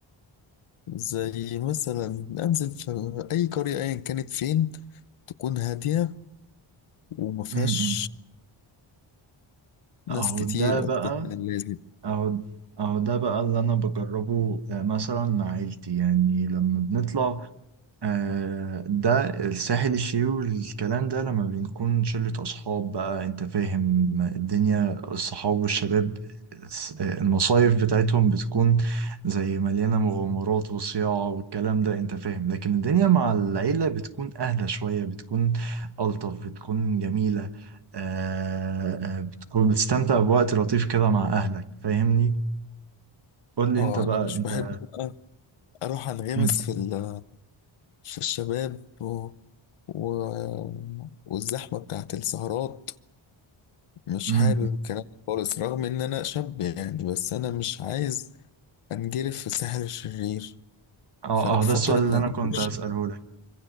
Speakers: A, on the left; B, on the right.
A: زي مثلا أنزل في أي قرية أيا كانت فين تكون هادية وما فيهاش
B: م- م.
A: ناس
B: اهو
A: كتير
B: ده بقى
A: أكتر من اللازم
B: أهو أهو ده بقى اللي أنا بجربه آه، مثلا مع عيلتي يعني لما بنطلع آه، ده الساحل الشرير والكلام ده لما بنكون شلة أصحاب بقى أنت فاهم الدنيا الصحاب والشباب الس- آه، المصايف بتاعتهم بتكون زي مليانة مغامرات وصياعة والكلام ده أنت فاهم لكن الدنيا مع العيلة بتكون أهدى شوية بتكون ألطف بتكون جميلة آه، آه، بتكون بتستمتع بوقت لطيف كده مع أهلك فاهمني قول لي
A: اه
B: أنت بقى
A: انا مش
B: أنت
A: بحب بقى اروح انغمس
B: مم.
A: في ال- في الشباب و- و... والزحمة بتاعت السهرات مش
B: مم.
A: حابب الكلام ده خالص رغم إن أنا شاب يعني بس أنا مش عايز أنجرف في الساحل الشرير
B: اه
A: فأنا بفضل
B: آه، ده السؤال
A: إن
B: اللي
A: أنا
B: أنا كنت
A: مش-
B: هسأله لك